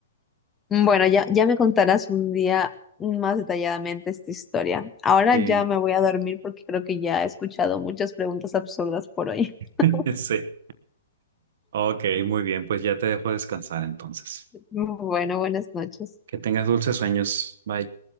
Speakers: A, on the left; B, on the right.
A: Bueno, ya, ya me contarás un día más detalladamente esta historia. Ahora
B: Sí,
A: ya me voy a dormir porque creo que ya he escuchado muchas preguntas absurdas por hoy. <laughs>
B: <laughs> sí. Ok, muy bien, pues ya te dejo descansar entonces.
A: Bueno, buenas noches.
B: Que tengas dulces sueños. Bye.